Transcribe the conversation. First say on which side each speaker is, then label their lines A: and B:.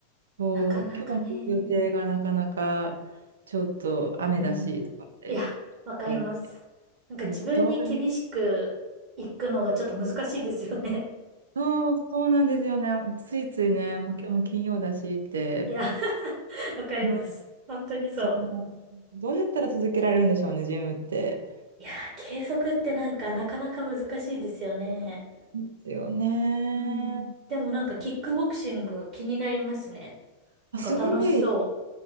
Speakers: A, on the right; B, on the right.
A: こう、
B: なかなかね。
A: 今日の予定がなかなかちょっと雨だしとかって
B: うん。いや、わかります。
A: やって、
B: なんか自分に厳しくいくのがちょっと難しいですよね。
A: これどうね、そう、そうなんですよね。ついついね、
B: うん
A: もう今日も金曜だしって、
B: いや、<laughs> わかります。
A: はい
B: 本当にそう。
A: その、どうやったら続けられるんでしょうね、ジムって。
B: いやー、継続ってなんかなかなか難しいですよね。
A: ですよね。
B: うん。でもなんかキックボクシング気になりますね。
A: あ、
B: なんか楽しそ
A: すごい、